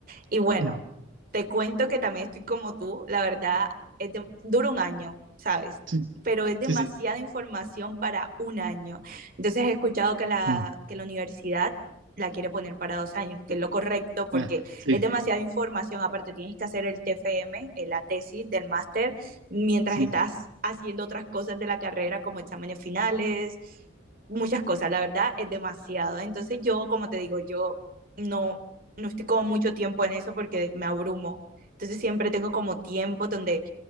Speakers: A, on the right (about 45°); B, on the right (about 75°).
A: Y bueno,
B: Ah,
A: te cuento que también estoy como tú, la verdad, es de- dura un año, ¿sabes?
B: Sí,
A: Pero es demasiada
B: sí, sí.
A: información para un año. Entonces he escuchado que la,
B: Mm.
A: que la universidad la quiere poner para dos años, que es lo correcto porque
B: Ah, sí,
A: es demasiada información. Aparte, tienes que hacer el TFM, eh, la tesis del máster, mientras
B: sí.
A: estás haciendo otras cosas de la carrera como exámenes finales, muchas cosas. La verdad, es demasiado. Entonces yo, como te digo, yo... No, no estoy como mucho tiempo en eso porque me abrumo. Entonces siempre tengo como tiempos donde,